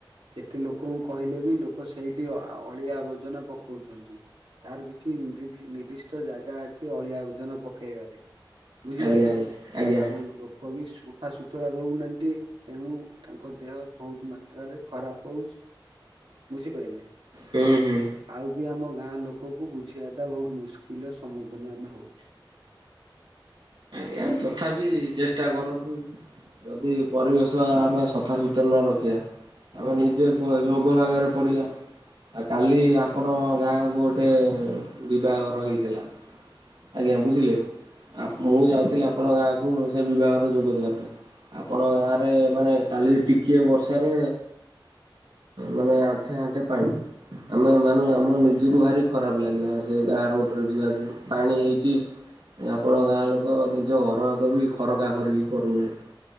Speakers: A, on the right; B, on the right.
A: ଯେତେ ଲୋକଙ୍କୁ କହିଲେ ବି ଲୋକ ସେଇଠି ଅଳିଆ ଆବର୍ଜନା ପକଉଛନ୍ତି। ତାର କିଛି ନିଧିଜି ନିର୍ଦ୍ଦିଷ୍ଟ ଜାଗା ଅଛି ଅଳିଆ ଓଜନ ପକେଇବାରେ। ବୁଝିପାରିଲେ
B: ଆଜ୍ଞା ଆଜ୍ଞା ଆଜ୍ଞା
A: ଆଉ ଲୋ କବି ସଫାସୁତୁରା ରହୁନାହାନ୍ତି ତେଣୁ ତାଙ୍କ ଦେହ ବହୁତ ମାତ୍ରାରେ ଖରାପ ହଉ ବୁଝିପାରିଲେ।
B: ହୁଁ ହୁଁ।
A: ଆଉ ବି ଆମ ଗାଁ ଲୋକକୁ ବୁଝିବା ଟା ବହୁତ ମୁସ୍କିଲ ର ସମ୍ମୁଖୀନ ଆମେ ହଉଛୁ।
B: ଆଜ୍ଞା ତଥାପି ଚେଷ୍ଟା କରନ୍ତୁ ଯଦି ପରିବେଶ ଆମେ ସଫା ସୁୁତୁରା ନ ରଖିବା ତାପ ନିଜେ ପ ରୋଗ ବାଗରେ ପଡ଼ିବେ ଆଉ କାଲି ଆପଣ ଗାଁକୁ ଗୋଟେ ବିବାଘର ହେଇଥିଲା ଆଜ୍ଞା ବୁଝିଲେ ଆପ ମୁଁ
A: ହଁ
B: ଯାଇ ଆପଣ ଗାଁକୁ ସେ ବିବାହର ଯୋଗଦେବା ପାଇଁ ଆପଣ ଗାଁରେ
A: ହଁ
B: ମାନେ କାଲି ଟିକିଏ ବର୍ଷାରେ ମାନେ ଆଣ୍ଠେ ଆଣ୍ଠେ ପାଣି। ଆମେ ମାନ ଆମ ନିଜକୁ ଭାରି ଖରାପ ଲାଗିଲା ସେ ଗାଁ ରୋଡରେ ଯିବାକୁ ପାଣି ହେଇଛି। ଆପଣ ଗାଁ ଲୋକ ନିଜ ଘର ଆଗ ବି ଖରକା ଖରିକି କରୁନାହାନ୍ତି।